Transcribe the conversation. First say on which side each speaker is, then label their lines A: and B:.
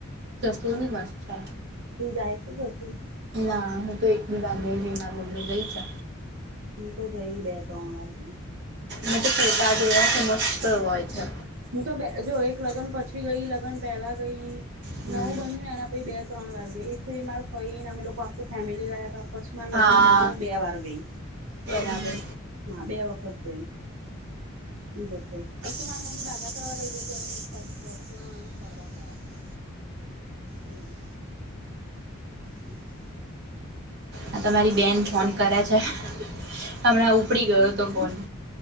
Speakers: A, on the right; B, on the right.
A: જસુંજી મસ્ છે
B: હ જાય છો જકું
A: ના હું તો એક બીજાને રીના બમને ગઈ છે
B: તો જઈ બે તોણ વા દને
A: મ ફતા જોયા સમસ્ત હોય છે
B: હું તો જો એક લગ્ન પછી ગઈ લગ્ન પહેલા ગઈ
A: હમ
B: નવું બન્યું ને એના તોઈ બે ત્રણ વાર ગઈ એક સુધી મારે થઈને અમે લોકો આખું ફેમિલી ગયા હતા કચ્છમાં લગ્ન
A: હા
B: પછી હું બે વાર ગઈ
A: બરાબર
B: હા બે વખત ગઈ જસ બાધા કરવા લઈ ગ હતી અને એક બાજુ પ્લોસ અમે ફરવા ગયા હતા હમ હમ
A: આ તમારી બેન ફોન
B: આવે પણ
A: કરે છે હમણાં ઉપડી ગયો હતો ફોન